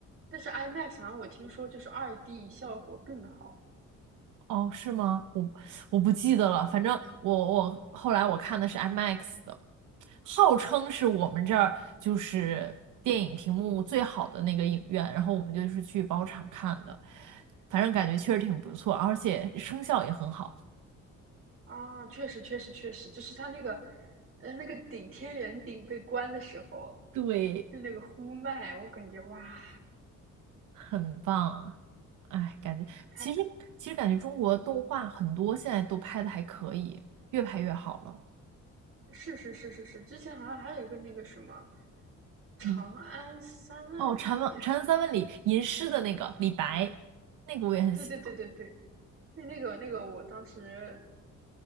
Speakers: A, on the right; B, on the right.
A: 但是 IMAX 好像我听说就是二 d 效果更好
B: 哦，是吗？我我不记得了，
A: 啊
B: 反正我我后来我看的是 IMAX 的，号称是我们这儿就是电影屏幕最好的那个影院，然后我们就是去包场看的，反正感觉确实挺不错，而且声效也很好。
A: 啊，确实确实确实，就是它那个呃那个顶天圆顶被关的时候，
B: 对，
A: 就那个呼麦，我感觉哇，
B: 很棒。哎，感觉其实其实感觉中国动画很多现在都拍的还可以，
A: 太
B: 越拍越好了。
A: 是是是是是，之前好像还有一个那个什么《长安三万里》，
B: 嗯，哦，《禅问禅问三问》里吟诗的那个李白，那个我也很喜欢。
A: 对对对对对，那那个那个，我当时